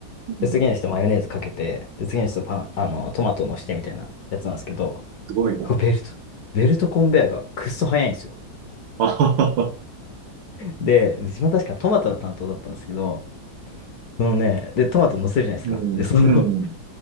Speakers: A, on the right (about 75°); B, on the left (about 60°).
A: うん
B: で、次の人マヨネーズかけて、で、次の人パン、あの、トマトのしてみたいなやつなんですけど、
A: すごいな。
B: こうベルト、ベルトコンベヤーがくっそ早いんですよ。
A: あははは
B: で、自分は確かトマトの担当だったんですけど、そのね、で、トマト乗せるじゃないですか。
A: うん。
B: で、その、
A: うん。